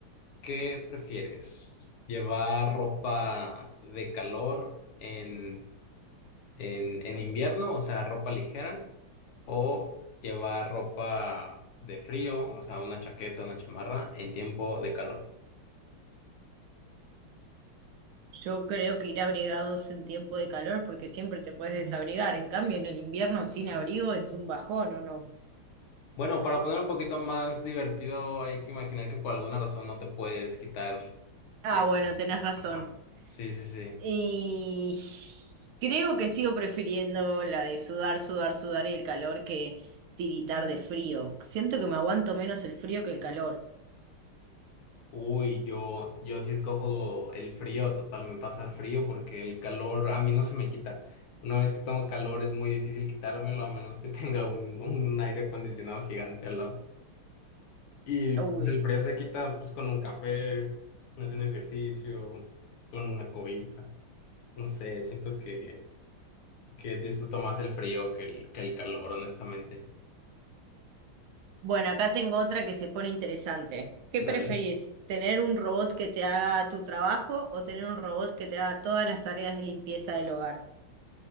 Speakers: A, on the left; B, on the right.
A: ¿qué prefieres? ¿Llevar ropa de calor en en, en invierno, o sea, ropa ligera, o llevar ropa de frío, o sea, una chaqueta, una chamarra, en tiempo de calor.
B: Yo creo que ir abrigados en tiempo de calor porque siempre te puedes desabrigar. En cambio, en el invierno sin abrigo es un bajón, ¿o no?
A: Bueno, para poner un poquito más divertido, hay que imaginar que por alguna razón no te puedes quitar
B: Ah,
A: el...
B: bueno, tenés razón.
A: Ajá. Sí, sí, sí.
B: Y creo que sigo prefiriendo la de sudar, sudar, sudar y el calor que tiritar de frío. Siento que me aguanto menos el frío que el calor.
A: Uy, yo, yo sí escojo el frío, total, me pasa el frío porque el calor a mí no se me quita. Una vez que tengo calor es muy difícil quitármelo a menos que <laughs> tenga un, un aire acondicionado gigante al lado. Y el
B: Uy.
A: frío se quita pues con un café, haciendo ejercicio, con una cobija. No sé, siento que, que disfruto más el frío que el, que el calor, honestamente.
B: Bueno, acá tengo otra que se pone interesante. ¿Qué
A: Dale.
B: preferís? ¿Tener un robot que te haga tu trabajo o tener un robot que te haga todas las tareas de limpieza del hogar?